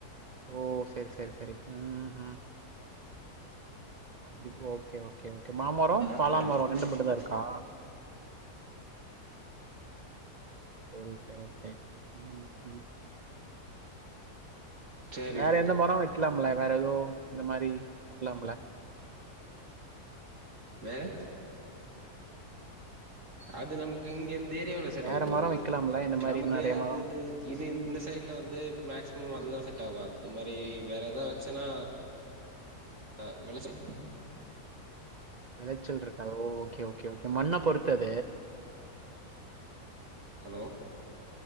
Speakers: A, on the right; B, on the right.
A: ஓ செரி செரி செரி ம் ம் அப்டி ஓகே ஓ கே ஓகே மாமர
B: அந்த
A: பலாமர
B: எடுத்து
A: ரெண்டு மட்டுந்தா இருக்கா செரி செரி செரி ம் ம்
B: சரி
A: வேற
B: ப்ரோ
A: எந்த மர வெக்கலாம்ல வேற எதோ இந்த மாரி வெக்கலாம்ல
B: வேற அது நமக்கு இங்க இந் த ஏரியாவுல செட்
A: வேற
B: ஆக மாட்டங்து
A: மரம் வைக்கலாம்ல? இந்த மாரி
B: நமக்கு
A: நெறைய
B: அது
A: மரம்
B: இது இந்த சைட்ல வந்து மேக்சிமம் அதுதா செட் ஆகு அது மாரி வேற எதா வெச்சனா ஆ வெளச்சல்
A: வெளச்சல் இருக்காது ஓகே ஓகே மண்ண பொறுத்து அது.
B: ஹலோ